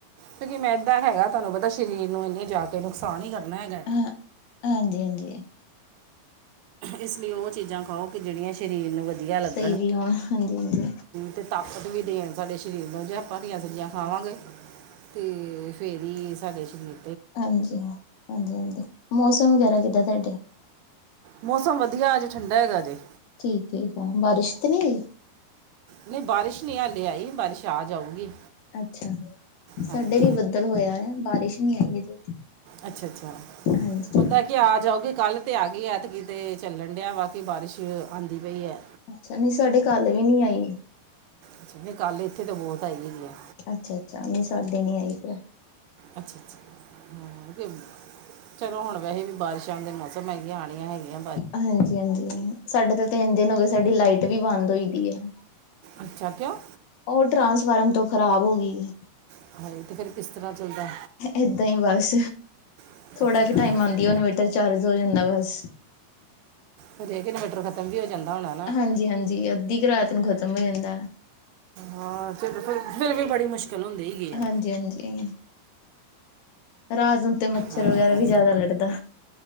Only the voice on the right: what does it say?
ਕਿਉਂਕਿ ਮੈਂਦਾ ਹੈਗਾ ਤੁਆਨੂੰ ਪਤਾ ਸ਼ਰੀਰ ਨੂੰ ਐਨੇ ਜਾ ਕੇ ਨੁਕਸਾਨ ਈ ਕਰਨਾ ਹੈਗਾ।
ਇਸ ਲਈ ਉਹ ਚੀਜ਼ਾਂ ਖਾਓ ਕਿ ਜਿਹੜੀਆ ਸਰੀਰ ਨੂੰ ਵਧੀਆ ਲੱਗ
ਤੇ ਤਾਕਤ ਵੀ ਦੇਣ ਸਾਡੇ ਸਰੀਰ ਨੂੰ ਜੇ ਆਪਾਂ ਇਹੋ ਜੀਆ ਖਾਵਾਂਗੇ। ਤੇ ਫੇਰ ਹੀ ਸਾਡੇ ਸ਼ਰੀਰ
ਮੌਸਮ ਵਧੀਆ ਅਜੇ ਠੰਡਾ ਹੈਗਾ ਜੇ।
ਨਹੀਂ ਬਾਰਿਸ਼ ਨਹੀਂ ਹਾਲੇ ਆਈ ਬਾਰਿਸ਼ ਆ ਜਾਊਗੀ।
ਹਾਂਜੀ
ਅੱਛਾ-ਅੱਛਾ,
ਓਦਾਂ ਕਿ ਆ ਜਾਓਗੀ ਕੱਲ ਤੇ ਆ ਗਈ ਐ ਐਤਕੀ ਤੇ ਚੱਲਣ ਡਿਆ ਵਾ ਕਿ ਬਾਰਿਸ਼ ਆਂਦੀ ਪਈ ਆ।
ਅੱਛਾ ਨਹੀਂ ਕੱਲ ਇੱਥੇ ਤਾਂ ਬਹੁਤ ਆਈ ਹੈਗੀ ਆ।
ਅੱਛਾ-ਅੱਛਾ ਹਾਂ ਤੇ ਚਲੋ ਹੁਣ ਵੈਸੇ ਵੀ ਬਾਰਿਸ਼ਾਂ ਦੇ ਮੌਸਮ ਹੈਗੀਆਂ ਆਣੀਆ ਹੈਗੀਆ।
ਅੱਛਾ ਕਿਉਂ
<unintelligible> ਤੇ ਫਿਰ ਕਿਸ ਤਰ੍ਹਾਂ ਚੱਲਦਾ‌।
ਅੱਛਾ
ਅੱਛਾ
ਕਦੇ ਇਹ ਵੀ ਇਨਵੇਰਟਰ ਖਤਮ ਵੀ ਹੋ ਜਾਂਦਾ ਹੋਣਾ ਨਾ <unintelligible>
ਹਾਂ ਚਲੋ ਫਿਰ, ਫਿਰ ਵੀ ਬੜੀ ਮੁਸ਼ਕਿਲ ਹੁੰਦੀ ਐ ਗਈ ਆ।
ਹਾਂ